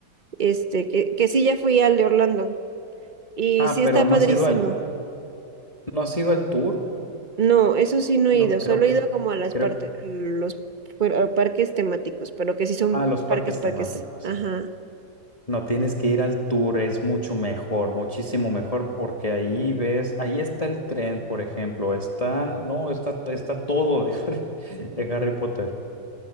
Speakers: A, on the right (about 30°); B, on the left (about 20°).
A: este, que, que sí ya fui al de Orlando y
B: Ah,
A: sí
B: pero
A: está
B: no
A: padrísimo.
B: ha sido al, no ha sido al tour.
A: No, eso sí no he
B: No,
A: ido, solo
B: creo que,
A: he ido como a las
B: creo,
A: partes, los pu- a parques temáticos, pero que sí son
B: ah, los parques
A: parques, parques,
B: temáticos.
A: ajá.
B: No tienes que ir al tour, es mucho mejor, muchísimo mejor, porque ahí ves, ahí está el tren, por ejemplo, están, no, está, está todo de Harry, <laughs> de Harry Potter.